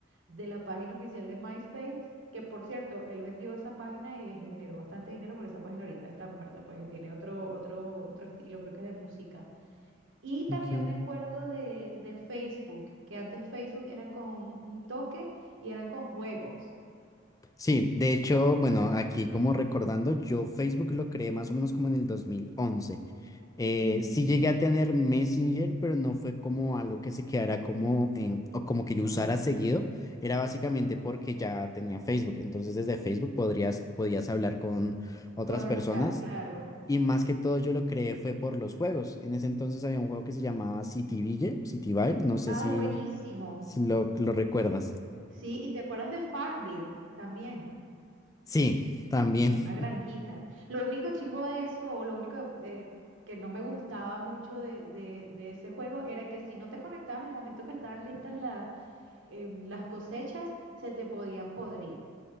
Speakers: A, on the right (about 70°); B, on the left (about 15°).
A: de la página oficial de MySpace, que por cierto, él vendió esa página y generó bastante dinero, porque esa página ahorita está muerta, pues tiene otro, otro, otro estilo, creo que es de música. Y también
B: Ok.
A: me acuerdo de, de Facebook, que antes Facebook eran con un toque y eran con juegos.
B: Sí, de hecho, bueno, aquí como recordando, yo Facebook lo creé más o menos como en el dos mil once Eh,
A: Ujú.
B: sí llegué a tener Messenger, pero no fue como algo que se quedara como, eh, o
A: No.
B: como que yo usara seguido. Era básicamente porque ya tenía Facebook. Entonces desde Facebook podrías, podías hablar con otras
A: Con el
B: personas.
A: chat, claro.
B: Y más que todo yo lo creé fue por los juegos. En ese entonces había un juego que se llamaba Cityville, Cityville, no sé
A: Ay,
B: si,
A: buenísimo.
B: si lo, lo recuerdas.
A: Sí, y te acuerdas de Farmville también,
B: Sí, también.
A: que era una granjita. Lo único chimbo de eso, o lo único eh, que no me gustaba mucho de, de- de ese juego, era que si no te conectabas al momento que estaban listas la- em, las cosechas, se te podían podrir.